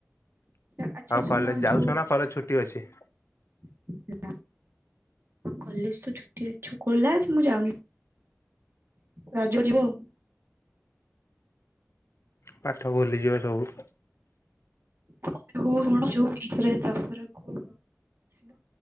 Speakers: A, on the right; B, on the left.
A: ଆଚ୍ଛା
B: ଆଉ
A: ଶୁଣ
B: କଲେଜ ଯାଉଛ
A: ଯୋଉ
B: ନା କଲେଜ ଛୁଟି ଅଛି?
A: <unintelligible> କଲେଜ ତ ଛୁଟି ଅଛୁ ଖୋଲା ଅଛି ମୁଁ ଯାଉନି। ରଜ ଯିବୋ
B: ପାଠ ଭୁଲିଯିବ ସବୁ।
A: <unintelligible> ବହୁତ୍ ବଡ ଯୋଉ ଇସରେ ଦସରେ କୁହିବ। ସେଦ